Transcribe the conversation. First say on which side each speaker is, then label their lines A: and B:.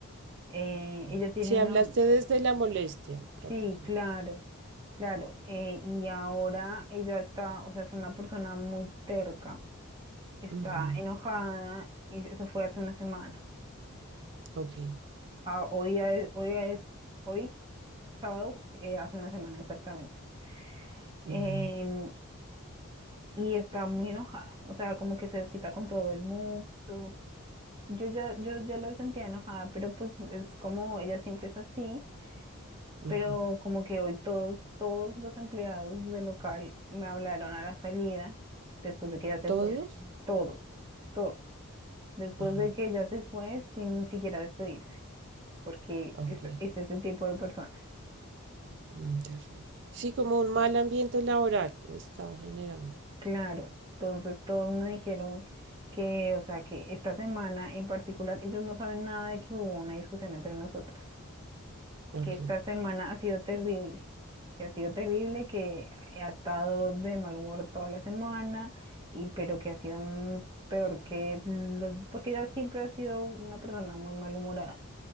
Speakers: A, on the right (about 20°); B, on the right (about 55°).
A: Eh,
B: ujú.
A: ella tiene
B: Si hablaste
A: una,
B: desde la molestia, prácticamente.
A: Sí, claro, claro. eh, y ahora ella está, o sea, es una persona muy terca, está
B: Ujú,
A: enojada, y eso fue hace una semana.
B: Ok.
A: Ah, hoy, día de- hoy, día de- hoy, sábado, eh, hace una semana exactamente.
B: ujú,
A: em, y está muy enojada, o sea, como que se desquita con todo el mundo. Yo ya, yo ya la sentía enojada, pero pues es como ella siempre es así.
B: ujú.
A: pero como que hoy todos, todos los empleados del local me hablaron a la salida, después de que ella se
B: ¿Todos?
A: fue, todos, todos, después
B: Ajá,
A: de que ella se fue sin siquiera despedirse, porque
B: ok.
A: es, es ese tipo de persona.
B: mm, terrible. Sí, como un mal ambiente laboral está generando.
A: Claro, entonces todos me dijeron que, o sea, que esta semana en particular, ellos no saben nada de que hubo una discusión entre nosotras.
B: Ok.
A: que esta semana ha sido terrible, que ha sido terrible, que ha estado de mal humor toda la semana, y pero que ha sido mm, peor que los, porque ella siempre ha sido una persona muy malhumorada,